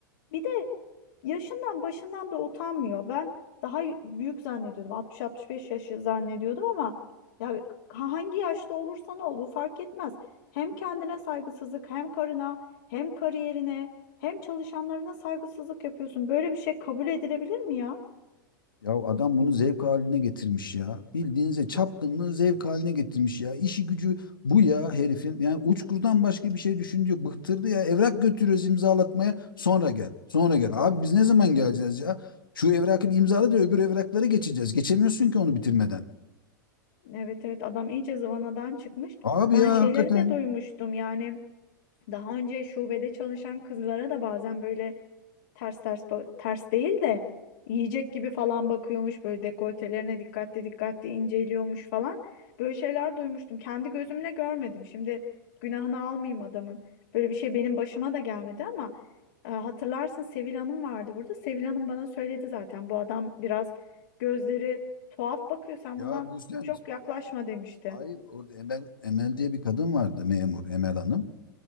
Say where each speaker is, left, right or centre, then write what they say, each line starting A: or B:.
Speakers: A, on the left; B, on the left.
A: Bir de yaşından başından da utanmıyor. Ben daha büyük zannediyordum. 60-65 yaşı zannediyordum ama ya hangi yaşta olursan ol bu fark etmez. Hem kendine saygısızlık hem karına hem kariyerine hem çalışanlarına saygısızlık yapıyorsun. Böyle bir şey kabul edilebilir mi ya?
B: Ya adam bunu zevk haline getirmiş ya. Bildiğinize çapkınlığı zevk haline getirmiş ya. İşi gücü bu ya herifin. Yani uçkurdan başka bir şey düşündü yok. Bıktırdı ya. Evrak götürüyoruz imzalatmaya. Sonra gel. Sonra gel. Abi biz ne zaman geleceğiz ya? Şu evrakı bir imzala da öbür evraklara geçeceğiz. Geçemiyorsun ki onu bitirmeden.
A: Evet evet adam iyice zıvanadan çıkmış.
B: Abi
A: Ben
B: ya
A: şeyleri
B: hakikaten.
A: de duymuştum yani daha önce şubede çalışan kızlara da bazen böyle ters ters ba- ters değil de yiyecek gibi falan bakıyormuş böyle dekoltelerine dikkatli dikkatli inceliyormuş falan. Böyle şeyler duymuştum. Kendi gözümle görmedim. Şimdi günahını almayayım adamın. Böyle bir şey benim başıma da gelmedi ama e, hatırlarsın Sevil Hanım vardı burada. Sevil Hanım bana söyledi zaten bu adam biraz gözleri tuhaf bakıyor. Sen
B: Ya
A: bundan
B: bu sen
A: çok yaklaşma demişti.
B: hayır orada Emel, Emel diye bir kadın vardı memur Emel Hanım.